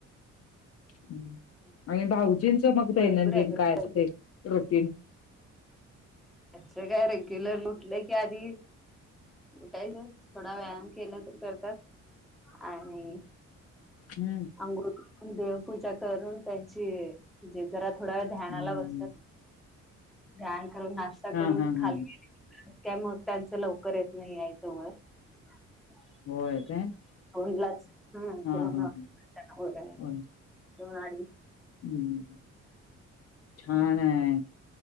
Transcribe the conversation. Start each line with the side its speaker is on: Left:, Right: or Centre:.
Left: हम्म आणि भाऊजींचं मग दैनंदिन
Centre: भरपूर आहे भरपूर
Left: काय असते
Centre: आहे.
Left: रूटीन?
Centre: त्यांचं काय रेग्युलर उठलं की आधी उठायचं थोडा व्यायाम केला तर करतात आणि
Left: हम्म.
Centre: अंघोळ करून, देवपूजा करून त्यांची जे जरा थोड्या वेळ ध्यानाला
Left: हम्म.
Centre: बसतात. ध्यान करून, नाश्ता
Left: हा
Centre: करून
Left: हा
Centre: खाली
Left: हा
Centre: गेले की मग काय त्यांचं लवकर येत नाही यायच वर.
Left: <inaudible>
Centre: <unintelligible>
Left: होय काय
Centre: हं
Left: हा
Centre: दोन
Left: हा
Centre: वाजतात त्यांना वर यायला.
Left: होय.
Centre: दोन अडीच
Left: हम्म, छाान आहे.